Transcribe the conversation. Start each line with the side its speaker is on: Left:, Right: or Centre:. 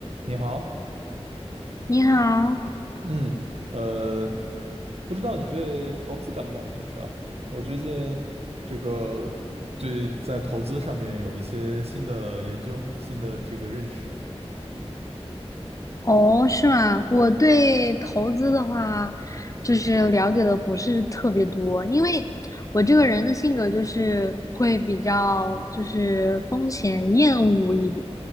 Right: 你好，
Left: 你好，
Right: 嗯，呃，不知道你对投资感不感兴趣啊？我最近这个最在投资上面有一些新的研究，新的这个认识。
Left: 哦，是吗？我对投资的话，就是了解的不是特别多，因为我这个人的性格就是会比较就是风险厌恶一点，